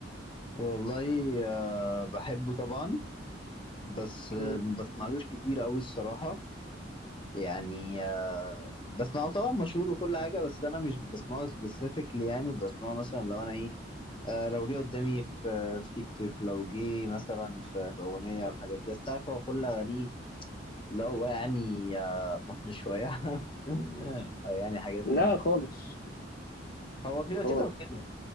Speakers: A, on the left (about 25°); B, on the left (about 50°).
A: والله آه بحبه طبعا بس آه
B: مم.
A: ما بسمعلوش كتير قوي الصراحة يعني آه بسمعه طبعا مشهور وكل حاجة بس انا مش بسمعه سبيسيفيكلي يعني بسمعه مثلا لو انا ايه آه لو جه قدامي في آه في تيك توك لو جه مثلا في في اغنية والحاجات دي بس تعرف هو كل اغانيه لو يعني آه محن شوية <laughs> او يعني حاجات
B: لا خالص
A: هو في
B: خالص
A: كده وكده